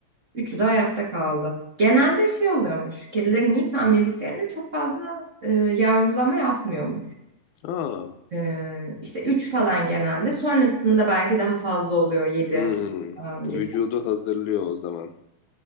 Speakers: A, on the right (about 35°); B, on the left (about 85°).
A: Üçü de hayatta kaldı. Genelde şey oluyormuş. Kedilerin ilk hamileliklerinde çok fazla e, yavrulama yapmıyormuş.
B: Aa,
A: E, işte üç falan genelde. Sonrasında belki daha fazla oluyor. Yedi
B: Hmm.
A: falan
B: Vücudu
A: gibi.
B: hazırlıyor o zaman.